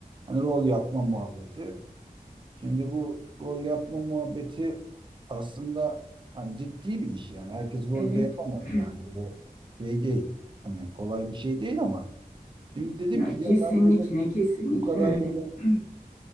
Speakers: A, on the right; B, on the left.
A: Hani rol yapma muhabbeti. Şimdi bu rol yapma muhabbeti aslında hani ciddi bir iş yani herkes rolde
B: Evet.
A: yapamaz
B: <clears throat>
A: yani bu şey değil. Hani kolay bir şey değil ama şimdi dedim
B: Ya
A: ki ya
B: kesinlikle
A: ben dedim
B: kesinlikle
A: bu kadar
B: öyle.
A: dedim
B: <clears throat>